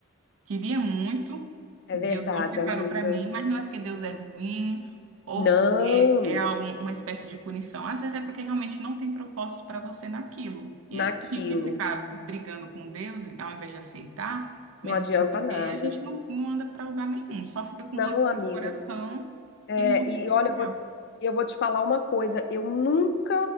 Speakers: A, on the right; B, on the left.
A: Queria muito,
B: É
A: Deus
B: verdade,
A: não separou
B: amiga.
A: para mim, mas não é porque Deus
B: É.
A: é ruim ou
B: Não,
A: porque é algum- uma espécie de punição. Às vezes é porque realmente não tem propósito para você naquilo. E
B: naquilo.
A: assim, a gente ficar brigando com Deus, ao invés de aceitar, mesmo
B: Não adianta
A: sem
B: nada.
A: ter, a gente não, não anda para lugar nenhum, só fica com
B: Não,
A: rancor
B: amiga.
A: no coração
B: É,
A: e não consegue
B: e
A: se
B: olha,
A: curar.
B: eu vou, eu vou te falar uma coisa, eu nunca,